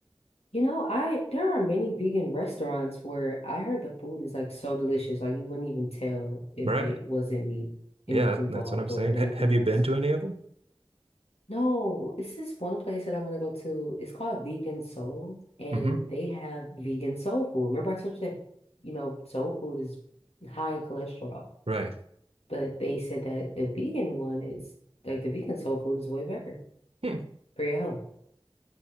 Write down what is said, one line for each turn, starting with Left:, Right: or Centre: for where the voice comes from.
Left: You know, I there are many vegan restaurants where I heard the food is like so delicious, like you wouldn't even tell if
Right: Right.
Left: it wasn't meat
Right: Yeah,
Left: in, involved
Right: that's what I'm saying.
Left: or anything
Right: Ha have you
Left: else.
Right: been to any of them?
Left: No, this is one place that I want to go to. It's called Vegan Soul, and
Right: hmm
Left: they have vegan soul food. Remember I told you that, you know, soul food is high in cholesterol,
Right: Right.
Left: but they said that the vegan one is like the vegan soul food is way better
Right: Hmm.
Left: for your health.